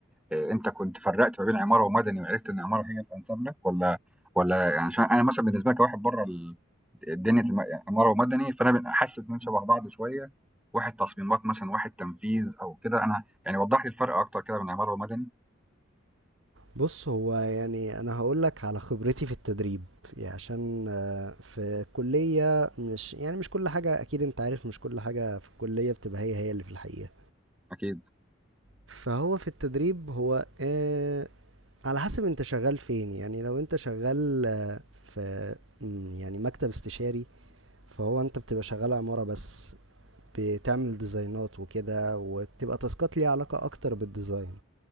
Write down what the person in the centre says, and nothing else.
آآ أنت كنت فرّقت ما بين عمارة ومدني وعرفت إن عمارة هي الأنسب لك والّا والّا يعني عشان أنا مثلًا بالنسبة لي كواحد برّه ال دنيا الم يعني عمارة ومدني، فأنا ب حاسس إنّهم شبه بعض شوية، واحد تصميمات مثلًا وواحد تنفيذ أو كده، أنا يعني وضّح لي الفرق أكتر كده بين عمارة ومدني.
أكيد،